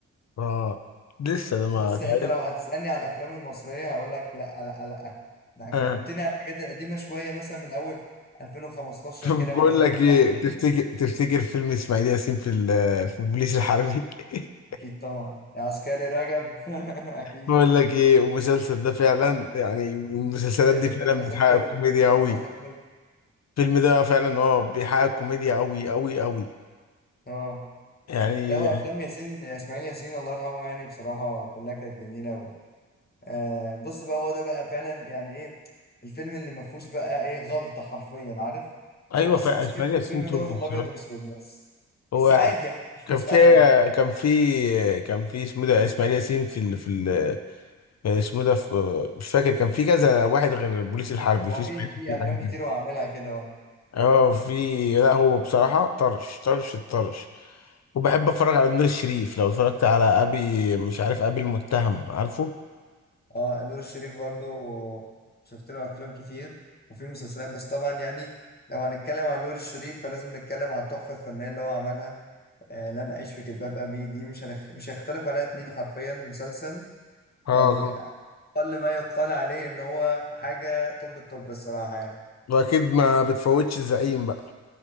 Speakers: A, on the left; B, on the left.
A: اه لسه ده ما
B: بص انت
A: تعرف
B: لو هتسالني على الافلام المصريه هقول لك لا لا لا ده اتكلمتني
A: اه
B: عن الحاجات القديمه شويه مثلا من اول 2015
A: طب
B: كده
A: بقول
B: وانت نازل
A: لك ايه
B: تحت كده
A: تفتكر تفتكر فيلم اسماعيل ياسين في ال- في البوليس الحربي <laughs>
B: أكيد طبعا يا عسكري رجب <laughs> أكيد
A: بقول لك ايه المسلسل ده فعلا يعني المسلسلات
B: فيلم
A: دي فعلا
B: فيلم قصدك
A: بتحقق
B: فيلم
A: كوميديا قوي
B: قصدك فيلم
A: الفيلم ده فعلا اه بيحقق كوميديا قوي قوي قوي
B: اه
A: يعني
B: لا هو أفلام ياسين يا إسماعيل ياسين الله يرحمه يعني بصراحة كلها كانت جميلة و... آه بص بقى هو ده بقى فعلا يعني إيه الفيلم اللي ما فيهوش بقى إيه غلطة حرفيا عارف
A: ايوه
B: هو بس
A: فعلا
B: مشكلته
A: اسماعيل ياسين
B: الفيلم
A: تولد
B: دوت الأبيض
A: بصراحه
B: وأسود بس
A: هو
B: بس عادي يعني مش
A: كان
B: مش
A: في
B: أزمة
A: كان في كان في اسمه ده اسماعيل ياسين في ال... في ال... اسمه ده في... مش فاكر كان في كذا واحد غير البوليس الحربي في
B: هو في
A: اسماعيل
B: في
A: ياسين
B: أفلام
A: حاجة
B: كتير هو عملها كده أهو
A: اه في لا هو بصراحة طرش طرش الطرش وبحب اتفرج على نور الشريف لو اتفرجت على ابي مش عارف ابي المتهم عارفه
B: اه نور الشريف برضو شفت له افلام كتير وفي مسلسلات بس طبعا يعني لو هنتكلم عن نور الشريف فلازم نتكلم عن التحفه الفنيه اللي هو عملها آه لن اعيش في جلباب ابي دي مش هنخ... مش هيختلف عليها اتنين حرفيا مسلسل
A: اه
B: يعني
A: جامد
B: اقل ما يقال عليه ان هو حاجه طب الطب الصراحه يعني
A: واكيد ما بتفوتش الزعيم بقى